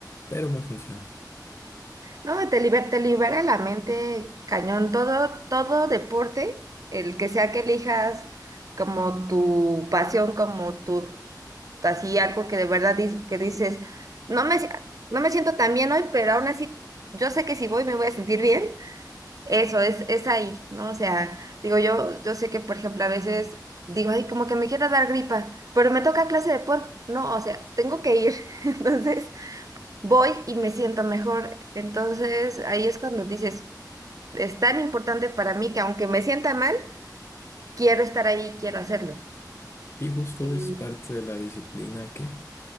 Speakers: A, on the left; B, on the right.
A: pero me funciona.
B: No, te liber- te libera la mente cañón. Todo, todo deporte, el que sea que elijas como tu pasión, como tu, así algo que de verdad dic- que dices, no me, si- no me siento tan bien hoy, pero aún así yo sé que si voy me voy a sentir bien. Eso es, es ahí, ¿no? O sea, digo, yo, yo sé que, por ejemplo, a veces digo, ay, como que me quiero dar gripa, pero me toca clase de pol, ¿no? O sea, tengo que ir. <laughs> Entonces, voy y me siento mejor. Entonces, ahí es cuando dices, es tan importante para mí que aunque me sienta mal, quiero estar ahí, quiero hacerlo.
A: Y justo
B: Y
A: es parte de la disciplina que,